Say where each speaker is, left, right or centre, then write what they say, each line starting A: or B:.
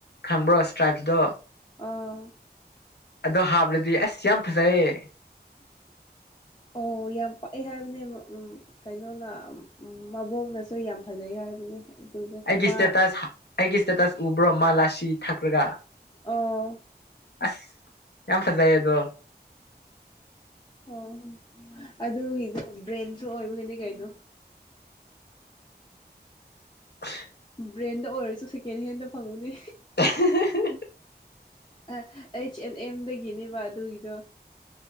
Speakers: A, on the left; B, on the left.
A: ꯈꯪꯕ꯭ꯔꯣ ꯏꯁ꯭ꯇ꯭ꯔꯥꯏꯞꯇꯣ
B: ꯑꯣ
A: ꯑꯗꯣ ꯍꯥꯞꯔꯗꯤ ꯑꯁ ꯌꯥꯝ ꯐꯖꯩꯌꯦ
B: ꯑꯣ ꯌꯥꯝ ꯄꯛꯑꯦ ꯍꯥꯏꯕꯅꯦꯕ ꯎꯝ ꯀꯩꯅꯣꯅ ꯃꯕꯣꯛꯅꯁꯨ ꯌꯥꯝ ꯐꯖꯩ ꯍꯥꯏꯕꯅꯦ ꯑꯗꯨꯗꯣ
A: ꯑꯩꯒꯤ
B: ꯃꯥ
A: ꯏꯁꯇꯦꯇꯁ ꯑꯩꯒꯤ ꯏꯁꯇꯦꯇꯁ ꯎꯕ꯭ꯔꯣ ꯃꯥ ꯂꯥꯁꯤ ꯊꯛꯔꯒ
B: ꯑꯣ
A: ꯑꯁ ꯌꯥꯝ ꯐꯖꯩꯌꯦ ꯑꯗꯣ
B: ꯑꯣ ꯑꯗꯨꯒꯤꯗꯣ ꯕ꯭ꯔꯦꯟꯁꯨ ꯑꯣꯏꯕꯒꯤꯅꯤ ꯀꯩꯅꯣ
A: <unintelligible>
B: ꯕ꯭ꯔꯦꯟꯗ ꯑꯣꯏꯔꯁꯨ ꯁꯦꯀꯦꯟ ꯍꯦꯟꯗ ꯐꯪꯒꯅꯦ
A: <unintelligible>
B: ꯑ ꯑꯩꯆ ꯑꯦꯟ ꯑꯦꯝꯗꯒꯤꯅꯦꯕ ꯑꯗꯨꯒꯤꯗꯣ